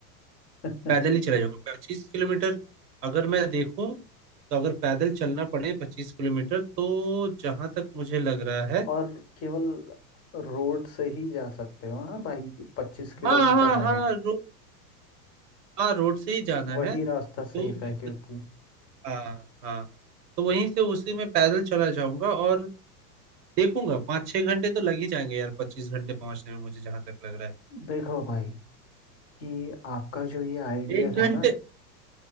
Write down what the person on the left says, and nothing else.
<laughs>
और केवल रोड से ही जा सकते हो हाँ भाई पच्चीस किलोमीटर
में
ना
वही
रास्ता
सेफ
है क्योंकि
देखो भाई कि आपका जो ये आइडिया
था
ना